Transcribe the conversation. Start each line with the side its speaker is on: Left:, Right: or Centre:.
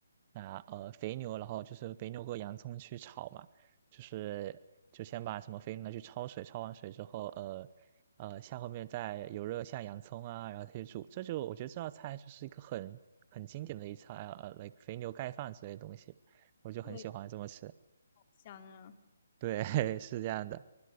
Right: 拿呃肥牛，然后就是肥牛和洋葱去炒嘛，就是就先把什么肥牛拿去焯水，焯完水之后，呃呃下后面再油热下洋葱啊，然后去煮。这就我觉得这道菜就是一个很很经典的一菜啊，呃，like 肥牛盖饭之类的东西，我就很喜欢这么吃。
Left: 对，好香啊。
Right: 对，<laughs> 是这样的，